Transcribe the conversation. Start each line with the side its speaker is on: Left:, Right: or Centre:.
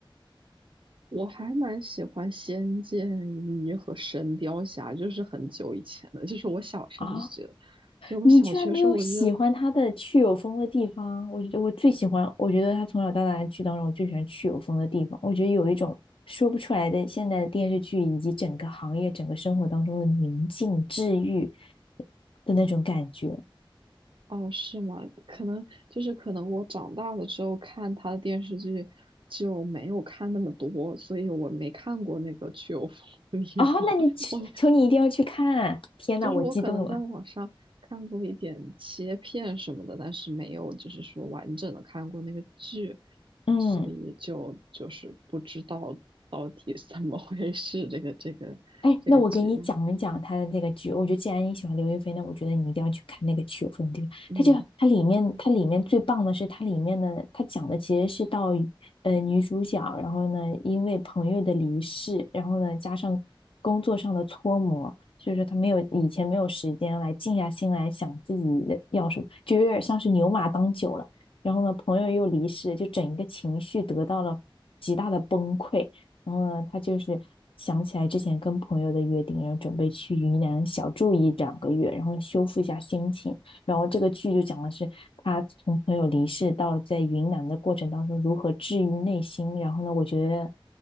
Right: 我还蛮喜欢《仙剑一》和《神雕侠》，就是很久以前的，就是我小时候就觉得，
Left: 啊？
Right: 就是我小学时候我就觉得，
Left: 你居然没有喜欢他的去有风的地方？我觉得我最喜欢，我觉得他从小到大的剧当中，我最喜欢去有风的地方。我觉得有一种说不出来的现在的电视剧以及整个行业、整个生活当中的宁静治愈的那种感觉。
Right: 哦，是吗？可能就是可能我长大了之后看他的电视剧就没有看那么多，所以我没看过那个去有风的地方，
Left: 哦，那你求求你一定要去看啊！
Right: <laughs> 我
Left: 天呐，
Right: 就是我可能在网上看过一点切片什么的，
Left: 我激动了。
Right: 但是没有就是说完整的看过那个剧，
Left: 嗯。
Right: 所以就就是不知道到底怎么回事这个这个这个剧，
Left: 哎，那我给你讲一讲他的这个剧。我觉得既然你喜欢刘亦菲，那我觉得你一定要去看那个《曲有风地》。
Right: 嗯
Left: 它就它里面，它里面最棒的是它里面的，它讲的其实是到呃女主角，然后呢因为朋友的离世，然后呢加上工作上的搓磨，所以说她没有以前没有时间来静下心来想自己的要什么，就有点像是牛马当久了。然后呢，朋友又离世，就整一个情绪得到了极大的崩溃。然后呢，他就是想起来之前跟朋友的约定，然后准备去云南小住一两个月，然后修复一下心情。然后这个剧就讲的是他从朋友离世到在云南的过程当中如何治愈内心。然后呢，我觉得